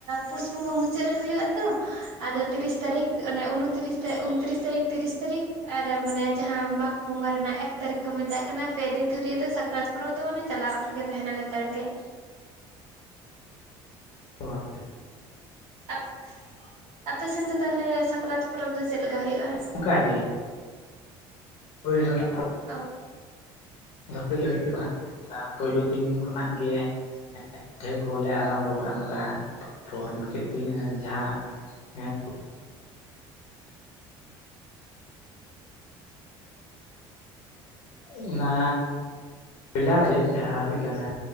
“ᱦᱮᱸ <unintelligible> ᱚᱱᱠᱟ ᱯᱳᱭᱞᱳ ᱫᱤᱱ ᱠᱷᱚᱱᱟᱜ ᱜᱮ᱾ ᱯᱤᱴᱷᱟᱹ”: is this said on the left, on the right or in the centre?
Left